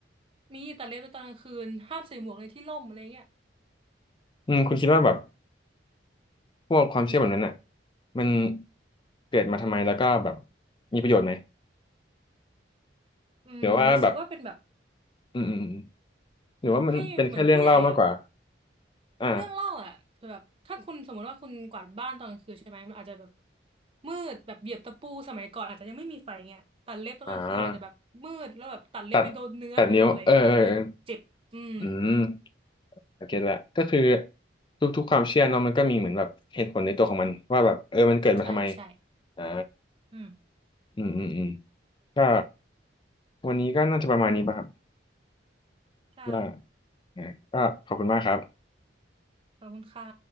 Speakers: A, on the right; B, on the left.
A: มีตัดเล็บตอนกลางคืนห้ามใส่หมวกในที่ร่มอะไรเงี้ย
B: อืมคุณคิดว่าแบบพวกความเชื่อแบบนั้นน่ะมันเกิดมาทำไมแล้วก็แบบมีประโยชน์ไหม
A: อืมรู้สึกว่าเป็นแบบ
B: หรือว่าแบบอืมอืมอืมหรือว่ามันเป็นแค่เรื่องเล่ามากกว่า
A: ให้เหมือนผู้ใหญ่อ่ะ
B: อ่า
A: เรื่องเล่าอ่ะแต่แบบถ้าคุณสมมติว่าคุณกวาดบ้านตอนกลางคืนใช่ไหมมันอาจจะแบบมืดแบบเหยียบตะปูสมัยก่อนอาจจะยังไม่มีไฟเงี้ยตัดเล็บตอนกลางคืนอาจจะแบบมืดแล้วแบบตัดเล็บไปโดนเนื้อไปโดนอะไรเงี้ยอาจจะให้แบบเจ็บอืม
B: อ่าตัดตัดนิ้วเออเออเอออืมโอเคละก็คือทุกๆความเชื่อเนาะมันก็มีเหมือนแบบเหตุผลในตัวของมันว่าแบบเออมันเกิดมาทำไม
A: ใช่ใช่
B: อ่า
A: อืม
B: อืมอืมอืมก็วันนี้ก็น่าจะประมาณนี้ป่ะครับ
A: ใช่
B: ว่าอ่าก็ขอบคุณมากครับ
A: ขอบคุณค่ะ